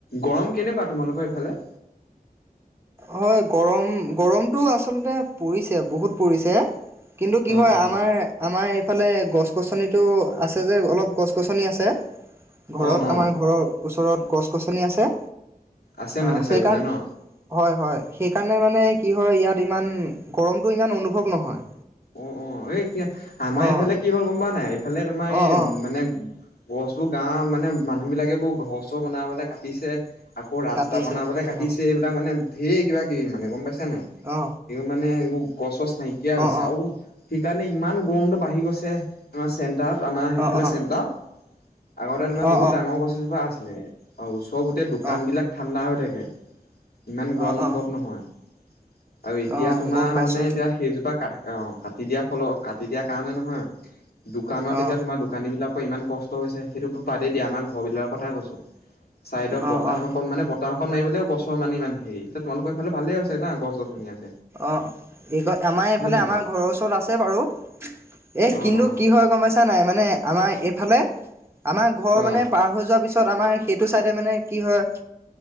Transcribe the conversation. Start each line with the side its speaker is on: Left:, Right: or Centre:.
Left: গৰম কেনেকুৱা তোমালোকৰ এইফালে
Right: হয় গৰম গৰমতটো আচলতে পৰিছে বহুত পৰিছে। কিন্তু কি
Left: অ
Right: হয়
Left: অ
Right: আমাৰ আমাৰ‌। এইফালে গছ গছনিটো আছে যে অলপ গছ গছনি আছে। ঘৰত
Left: অ অ
Right: আমাৰ ঘৰৰ ওচৰত ওচৰত গছ গছনি আছে
Left: আছে
Right: আহ
Left: মানে
Right: সেইকাৰণ
Left: চাৰিফালে ন
Right: হয় হয় সেইকাৰণে মানে কি হয় ইয়াত ইমান গৰমতটো ইমান অনুভৱ নহয়
Left: অ অ এ আমাৰ
Right: অ
Left: এইফালে কি হ'ল গম পোৱা নাই এইফালে তোমাৰ
Right: অ
Left: এই
Right: অ
Left: মানে গছ বোৰ গাঁওৰ মানে মানুহ বিলাকে বোৰ ঘৰ চৰ বনাবলৈ কাটিছে আকৌ ৰাস্তা
Right: কাটিছে
Left: বনাবলৈ কাটিছে
Right: অ
Left: এইবিলাক মানে ধঢেৰ কিবা কিবি মানে গম পাইছো নাই
Right: অ
Left: এইবোৰ মানে এইবোৰ গছ চজ নাইকিয়া হৈছে
Right: অ অ
Left: সেইকাৰণে ইমান গৰমটো বাঢ়ি গৈছে আমাৰ চেণ্টাৰত আমাৰ সেইফালে
Right: অ অ অ
Left: চেণ্টাৰত আগতে তোমাৰ
Right: অ
Left: বহুত ডাঙৰ গছ এজেপা আছিলে অওচ চব গোটেই দোকানবিলাক
Right: অ
Left: ঠাণ্ডা হৈ থাকে ইমান
Right: অ
Left: গৰম অনুভৱ
Right: অ
Left: নহয় আৰু এতিয়া
Right: অ
Left: তোমাৰ
Right: গম পাইছো
Left: মানে এতিয়া সেইজোপা কা অ কাটি দিয়াৰ ফলত কাটি দিয়াৰ কাৰণে নহয় দোকানত
Right: অ
Left: এতিয়া তোমাৰ দোকানী বিলাকৰ ইমান কষ্ট তো হৈছে সেইটো বাদেই দিয়া আমাৰ ঘৰবিলাক কৈছোঁ হয় <unintelligible> চাইদত
Right: অ
Left: বতাহ
Right: অ
Left: অকণ মানে বতাহ একন মাৰিবলৈও গছৰ মান ইমান হেৰিতি তোমালোকৰ ফালে ভালে হৈছে ন গছ গছনি
Right: অ এই ক আমাৰ এইফালে
Left: হয় নাই
Right: আমাৰ
Left: বাৰু
Right: ঘৰৰ ওচৰত আছে বাৰু এ
Left: অ
Right: কিন্তু
Left: অ
Right: কি হয় গম পাইছা নাই মানে আমাৰ এইফালে আমাৰ ঘৰ
Left: অ
Right: মানে পাৰ হৈ যোৱাৰ পিছত তাৰ পিছত আমাৰ সেইটো চাইডে মানে কি হয়